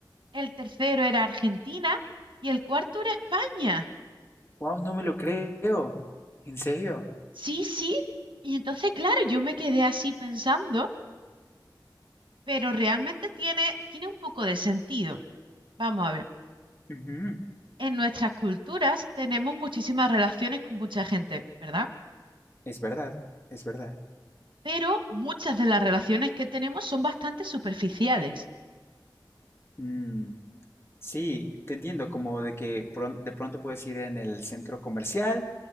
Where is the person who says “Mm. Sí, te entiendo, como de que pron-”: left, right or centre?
Left